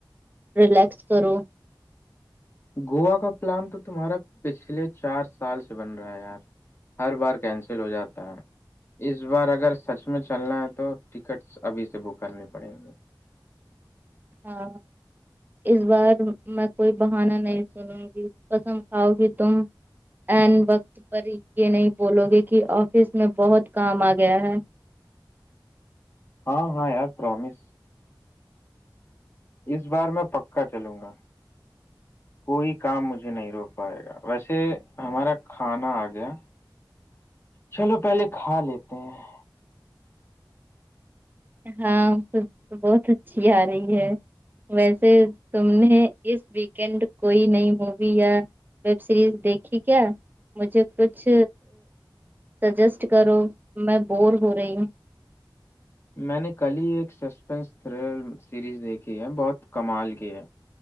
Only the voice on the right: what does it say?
ریلیکس کرو
ہاں اس بار میں کوئی بہانا نہیں سنوں گی قسم کاؤ گ تم این وقت پر یہ نہیں بولو گے کہ آفس میں بہت کام آ گیا ہے
ہاں بہت اچھی آ رہی ہے ویسے تم نے اس ویکینڈ کوئی نئی مووی یا ویب سیریز دیکھیھی کیا مجھے کچھ سجیسٹ کرو میں بور ہو رہی ہوں